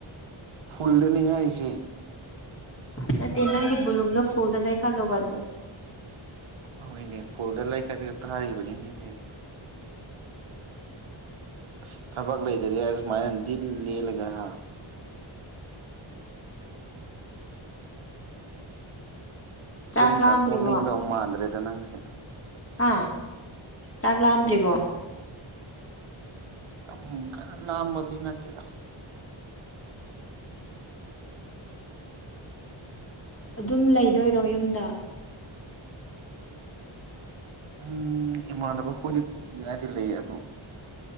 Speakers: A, on the right; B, on the left.
A: ꯐꯨꯜꯗꯅꯤ ꯍꯥꯏꯁꯦ
B: ꯅꯠꯇꯦ ꯅꯪꯒꯤ ꯕꯨꯂꯨꯝꯗꯣ ꯐꯨꯜꯗ ꯂꯩꯥꯈꯜꯂꯣꯕ ꯑꯗꯨ
A: ꯍꯈꯣꯏꯅꯦ ꯐꯣꯜꯗ ꯂꯩꯈꯠꯂꯒ ꯇꯥꯔꯤꯕꯅꯤꯅꯦꯍꯦ ꯑꯁ ꯊꯕꯛ ꯂꯩꯇꯗꯤ ꯑ ꯁꯨꯃꯥꯏꯅ ꯗꯤꯜ ꯂꯦꯜꯂꯒ ꯍꯥ
B: ꯆꯥꯛ
A: ꯌꯨꯝ
B: ꯂꯥꯝꯗ꯭ꯔꯤꯕꯣ
A: ꯀ ꯊꯣꯛꯅꯤꯡꯒꯗꯧ ꯃꯥꯟꯗ꯭ꯔꯦꯗ ꯅꯪꯁꯦ
B: ꯍꯥ ꯆꯥꯛ ꯂꯥꯝꯗ꯭ꯔꯤꯕꯣ
A: ꯌꯥꯝ ꯀꯟꯅ ꯂꯥꯝꯕꯗꯤ ꯅꯠꯇꯦꯗ
B: ꯑꯗꯨꯝ ꯂꯩꯗꯣꯏꯔꯣ ꯌꯨꯝꯗ
A: ꯎꯝ ꯏꯃꯥꯟꯅꯕ ꯍꯣꯏꯗ ꯆꯠꯅꯤꯡꯉꯥꯏꯗꯤ ꯂꯩꯌꯦ ꯑꯗꯣ